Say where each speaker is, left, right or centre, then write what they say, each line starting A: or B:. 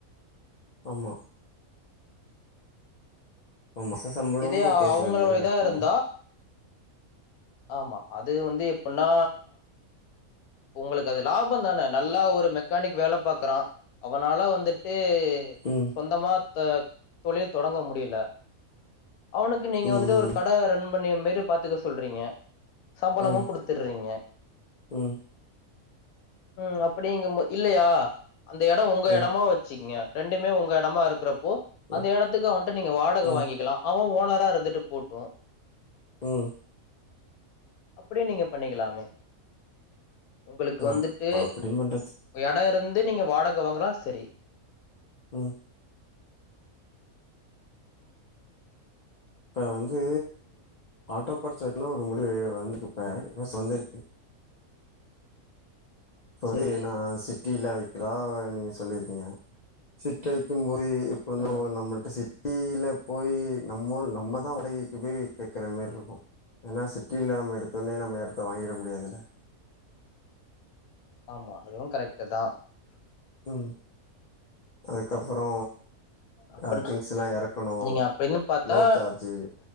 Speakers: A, on the left; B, on the left.
A: ஆமா இப்ப மொச சம்பளோனு
B: இதே
A: பேச
B: அவங்களோ
A: வேண்டியதா
B: இதா
A: இருக்குல
B: இருந்தா ஆமா அது வந்து எப்பின்னா உங்களுக்கு அது லாபோ தான நல்லா ஒரு மெக்கானிக் வேல பாக்குறா அவனால வந்துட்டு ட்டு
A: ம்
B: சொந்தமா த தொழில் தொடங்க முடியல அவனுக்கு நீங்க
A: ம்
B: வந்துட்டு
A: ம்
B: ஒரு கட ரன் பன்னிய மாறி பாத்துக்க சொல்றீங்க சம்பளமு
A: ம்
B: குடுத்துற்றீங்க
A: ம்
B: உ அப்டிங்கபோ இல்லயா அந்த எடோ உங்க
A: ம்
B: எடமா வச்சுக்ங்க ரெண்டுமே ஒங்க எடமா இருக்கிற போ அந்த
A: ம்
B: எடத்துக்கு அவன்ட்ட நீங்க வாடக
A: ம்
B: வாங்கிக்கலா அவே ஓ உசாரா இருந்துட்டு போட்டு
A: உ
B: அப்டி நீங்க பண்ணிக்கலாமே உங்களுக்கு
A: ஆமா
B: வந்துட்டு
A: இப்போ அப்படி பண்றது
B: எடோ இருந்து நீங்க வாடக வாங்குனா செரி
A: உ
B: உ
A: இப்ப வந்து ஆட்டோ பாட்ஸ் வக்கனு ஒரு முடிவு வந்துருப்ப இ <unintelligible> வந்துருக்கு ஒரி
B: செரி
A: நா சிட்டில வக் கலா நீங்க சொல்லிருக்கீங்க சிட்டி வைக்கும்போது இ எப்பின்னா
B: ம்
A: அவங்க நம்மள்ட்ட சிட் சிட்டில போய் நம்ம நம்ம தா உடகைக்கு போய் கேக்குற மாரி இருக்கு ஏனா சிட்டில நம்ம எடுத்தோனே நம்ம எடத்த வாங்கிட முடியாதுல
B: ஆமா அதுவு கரெக்ட் தா
A: உ அதுக்கப்பறோ
B: அப்பன்னா
A: அ திங்ஸெல்லா எறக்கணு
B: நீங்க அப்டின்னு பாத்தா
A: லோட் சார்ஜு